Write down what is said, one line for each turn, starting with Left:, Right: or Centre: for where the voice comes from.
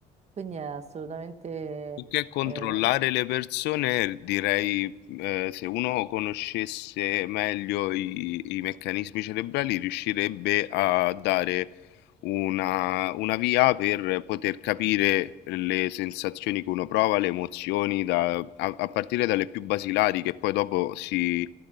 Right: quindi è assolutamente
Left: Più che controllare
Right: eh,
Left: le persone, direi, eh, se uno conoscesse meglio i, i meccanismi cerebrali, riuscirebbe a dare una, una via per poter capire le sensazioni che uno prova, le emozioni, da- a, a partire dalle più basilari, che poi dopo si,